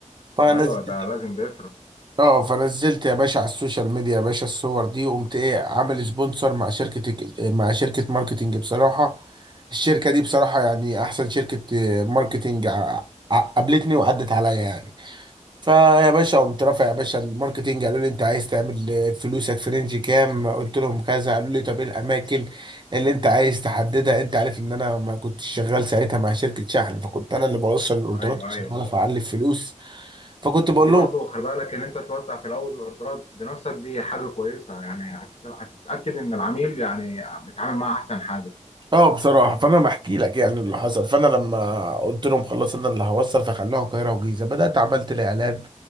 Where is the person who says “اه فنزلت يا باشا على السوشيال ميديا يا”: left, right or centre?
Right